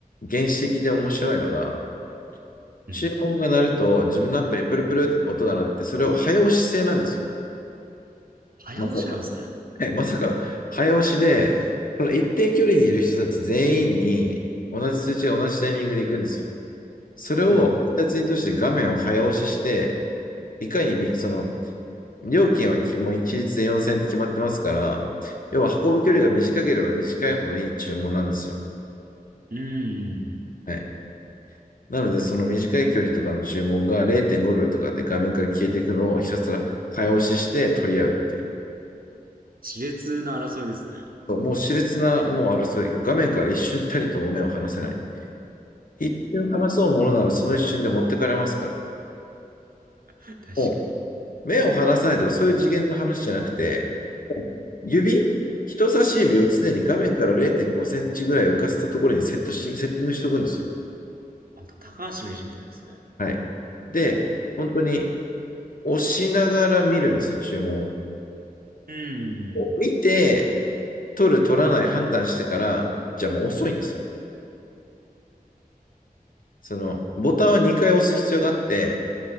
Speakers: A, on the left (about 65°); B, on the right (about 70°).
A: 原始的で面白いのが、
B: うん
A: 注文が鳴ると、自分のアプリにプルプルって音が鳴って、それを早押し制なんですよ。
B: 早押しなんですね。
A: まさか、はいまさか早押しで、
B: え
A: その一定距離にいる人たち全員に、同じ通知が同じタイミングで行くんですよ。それを、
B: うん
A: 2つに通して画面を早押しして、いかにみ、その、料金はきもう一律で4000円って決まってますから、要は運ぶ距離が短ければ短いほどいい注文なんですよ。
B: うんうんうんうんうんうん。
A: はい。なので、その短い距離とかの注文が0.5秒とかで画面から消えていくのをひたすら早押しして取り合うっていう。
B: 熾烈な争いですね。
A: そうもう熾烈なもう争い。画面から一瞬たりとも目を離せない。一瞬離そうものならその一瞬で持ってかれますから。
B: <laughs> 確かに。
A: も目を離さないとかそういう次元の話じゃなくて、指、人差し指を常に画面から0.5センチぐらい浮かせたところにセットし、セッティングしておくんですよ。
B: あ、高橋名人みたいですね。
A: はい。で、本当に押しながら見るんですよ、注文を。
B: うん
A: 見て、取る、取らない判断してから、じゃあもう遅いんですよ。その、ボタンは2回押す必要があって、